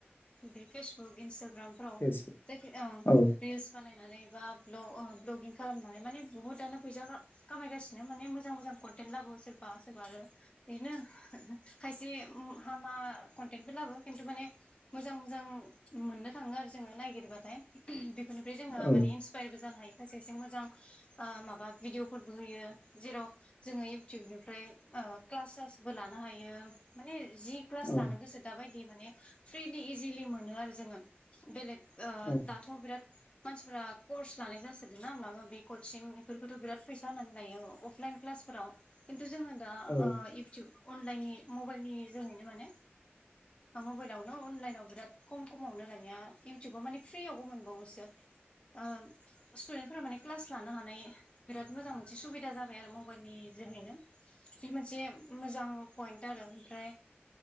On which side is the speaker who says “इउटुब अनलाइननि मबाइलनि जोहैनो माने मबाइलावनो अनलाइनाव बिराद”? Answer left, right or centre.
Left